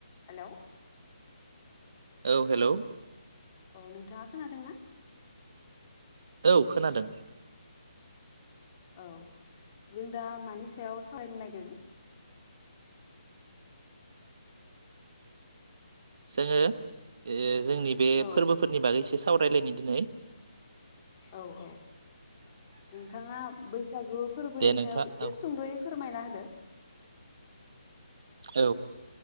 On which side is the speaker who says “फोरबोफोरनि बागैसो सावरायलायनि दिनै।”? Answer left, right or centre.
Right